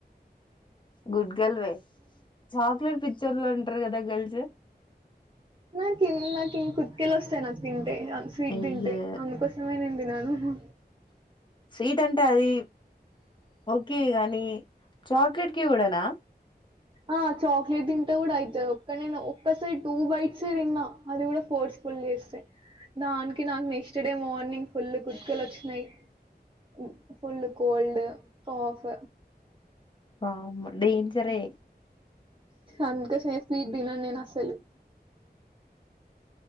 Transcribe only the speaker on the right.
నా కన్నాకిి కు వస్తాయి నాకు తింటే స్వీట్
తింటే అందుకోసమే నేను తిన్నాను <unintelligible>
ఆ చాక్లెట్ తింటే కూడా అవుతంది ఒక్క నేను ఒక్కసారి టూ బైట్స్ ఎ తిన్నా అది కూడా ఫోర్స్ ఫుల్ చేస్తాయి దానికి నాకు నెక్స్ట్ డే మార్నింగ్ ఫుల్ కుర్తుకెళ వచ్చి <unintelligible> ఫుల్ కోల్డ్ కాఫ్
అందుకే <unintelligible> తినను నేను అసలు